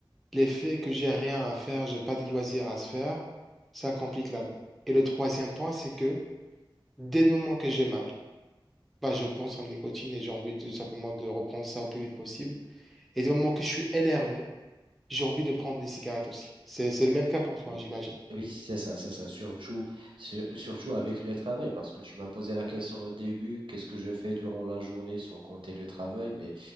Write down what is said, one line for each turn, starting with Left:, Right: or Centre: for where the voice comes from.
Centre: l'effet que j'ai rien à faire, j'ai pas de loisirs à se faire, ça complique la vie. Et le troisième point, c'est que dès le moment que j'ai mal, bah, je pense en nicotine et j'ai envie de simplement de reprendre ça au plus vite possible. Et dès le moment que je suis énervé, j'ai envie de prendre des cigarettes aussi. C'est, c'est le même cas pour toi,
Right: Oui,
Centre: j'imagine.
Right: Oui, c'est ça, c'est ça. Surtout, sur- surtout avec le travail, parce que tu m'as posé la question au début, qu'est-ce que je fais durant la journée sans compter le travail, mais,